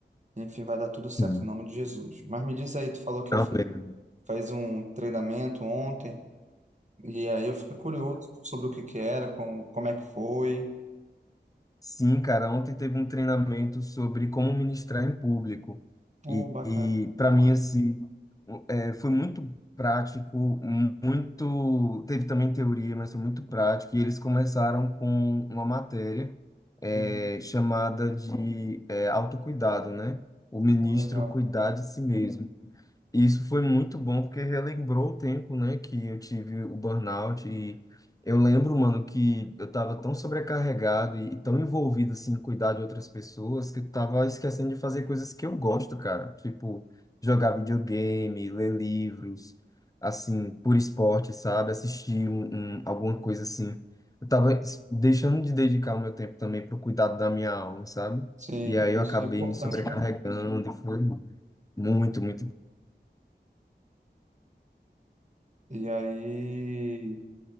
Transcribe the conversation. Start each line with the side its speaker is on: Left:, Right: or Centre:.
Right: Enfim, vai dar tudo certo
Left: sim.
Right: em nome de Jesus. Mas me diz aí, tu falou que
Left: Também.
Right: fez fez um treinamento ontem. E aí eu fiquei curioso sobre o que que era, como, como é que foi.
Left: Sim, cara, ontem teve um treinamento sobre como ministrar em público.
Right: Oh,
Left: E,
Right: bacana.
Left: e para mim, assim, um, é, foi muito prático, um, muito. Teve também teoria, mas foi muito prático. E eles começaram com uma matéria é,
Right: Uhum.
Left: chamada de é, autocuidado, né? O ministro
Right: Oh, legal.
Left: cuidar de si mesmo. E Isso foi muito bom porque relembrou o tempo, né, que eu tive o burnout e eu lembro, mano, que eu tava tão sobrecarregado e, e tão envolvido assim em cuidar de outras pessoas que eu tava esquecendo de fazer coisas que eu gosto, cara, tipo jogar videogame, ler livros, assim, por esporte, sabe, assistir um, um- alguma coisa assim. Eu tava s- deixando de dedicar o meu tempo também pro cuidado da minha alma, sabe?
Right: Sim,
Left: E aí
Right: isso
Left: eu acabei
Right: é importante,
Left: me sobrecarregando
Right: né?
Left: e foi muito, muito
Right: E aí,